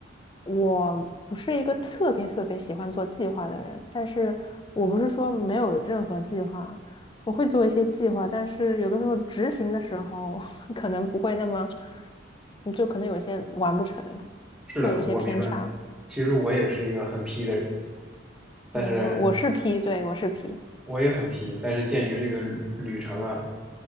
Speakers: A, on the left (about 25°); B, in the centre.
A: 我不是一个特别特别喜欢做计划的人，但是我不是说没有任何计划，我会做一些计划，但是有的时候执行的时候 <laughs> 可能不会那么，你就可能有些完不成，
B: 是的，
A: 会有一些偏差。
B: 我明白。其实我也是一个很 P 的人，但是。
A: 对，我我是 P，对，我是 P。
B: 我也很皮，但是鉴于这个旅程啊